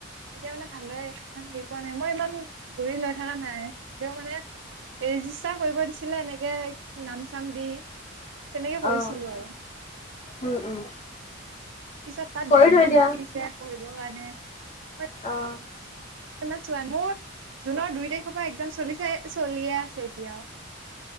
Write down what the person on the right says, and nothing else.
তেতিয়া মানে ভালদৰে ইমান হেৰি পোৱা নাই মই ইমান ঘূৰি লৈ থকা নাই দেও মানে। ৰেজিষ্টাৰ কৰিব দিছিলে এনেকে নাম চাম দি তেনেকে
কৰিছিলো আৰু।
পিছত তাত
গাইড
বুক
দি দিছে পঢ়িবৰ কাৰণে। মই
<unintelligible> মোৰ জুনৰ দুই তাৰিখৰ পৰা এক্সাম চলিছে চলিয়ে আছে এতিয়াও।